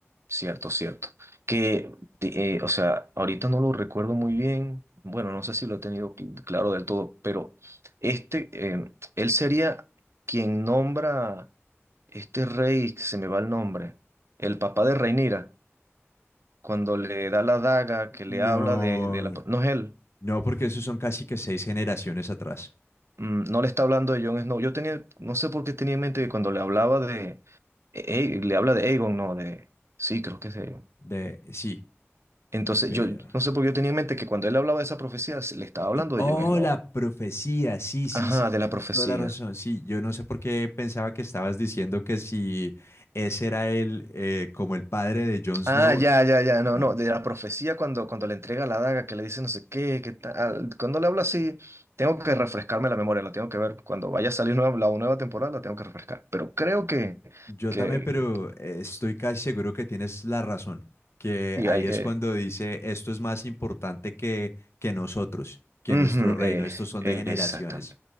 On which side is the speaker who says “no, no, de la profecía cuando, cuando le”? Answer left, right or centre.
Right